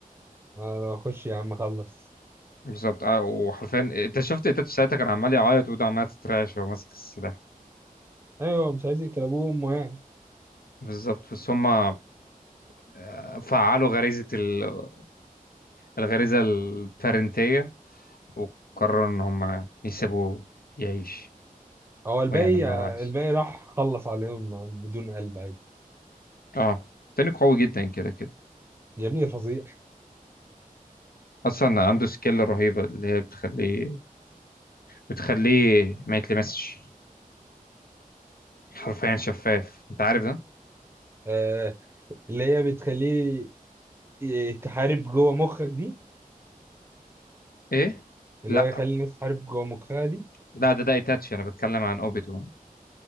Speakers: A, on the right; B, on the left.
A: آه خش يا عم خلص
B: بالظبط اه وحرفيا انت شفت تاتش ساعتها كان عمال يعيط وايده عماله تترعش وهو ماسك السلاح
A: ايوه مش عايز يقتل ابوه وامه
B: بالظبط بس هما آه، فعلوا غريزة ال- الغريزة البارنتية وقرروا ان هما يسيبوه يعيش
A: هو الباقي
B: ويعمل اللي هو عايزه
A: الباقي راح خلص عليهم بدون قلب عادي
B: اه تاني قوي جدا كده كده
A: يا ابني فظيع
B: اصلا عنده سكيل رهيبة اللي هي بتخليه بتخليه ما يتلمسش حرفيا شفاف انت عارف ده
A: آه اللي هي بتخليه ي- تحارب جوه مخك دي
B: ايه
A: اللي
B: لا
A: هو يخلي الناس تحارب جوه مخها دي
B: لا ده ده ايتاتشي انا بتكلم عن اوبيتو